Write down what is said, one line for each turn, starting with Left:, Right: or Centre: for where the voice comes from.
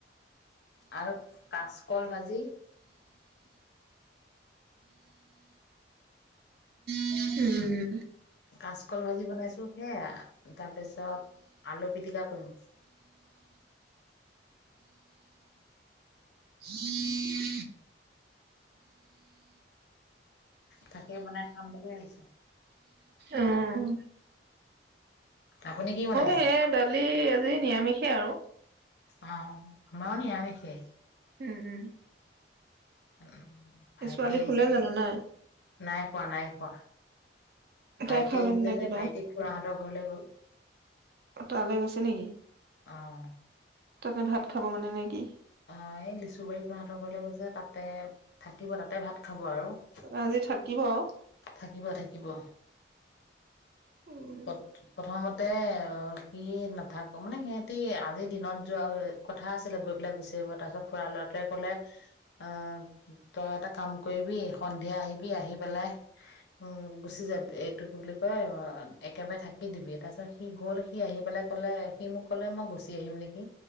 Left: আৰু কাচকল ভাজি।
Right: উম।
Left: কাচকল ভাজি বনাইছো সেয়েয়া তাৰপিছত আলু পিটিকা কৰিম।
Right: উম।
Left: তাকেই বনাই খাম বুলি আহিছো।
Right: উম
Left: আপুনি কি বনাইছে।
Right: সেয়াই দালি আৰু আজি নিৰামিষে আৰু
Left: অ আমাৰ নিৰামিষে।
Right: উম উম।
Left: উম ভাইটি
Right: এই ছোৱালী
Left: আহিছিলে
Right: শুলে জানো
Left: যে,
Right: নাই
Left: নাই খোৱা নাই খোৱা <inaudible>
Right: তাই
Left: ভাইটি
Right: খালে
Left: আহিছিলে
Right: নে
Left: যে,
Right: কিবা
Left: ভাইটি খুৰাহতৰ ঘৰলৈ গল <inaudible>
Right: তালৈ গৈছে নেকি
Left: অহ
Right: তাতে ভাত খাব মানে নে কি?
Left: অ এই লিচুবাৰী খুৰাহতৰ ঘৰলৈ গৈছে তাতে থাকিব তাতে ভাত খাব <unintelligible>
Right: আজি থাকিব আৰু
Left: <inaudible> থাকিব থাকিব
Right: উম
Left: পত প্ৰথমত তে অ সি নাথাকো মানে সিহতি আজিৰ দিনত যোৱা কথা আছিলে গৈ পিলে গুচি আহিব তাৰপিছত খুৰাৰ লৰাটোৱে কলে অহ তই এটা কাম কৰিবি সন্ধিয়া আহিবি আহি পেলাই উম গুচি যাবি। এইটো কি বুলি কয় অ একেবাৰে থাকি দিবি। তাৰপিছত সি গ'ল সি আহি পেলাই ক'লে সি মোক ক'লে মই গুচি আহিম নেকি,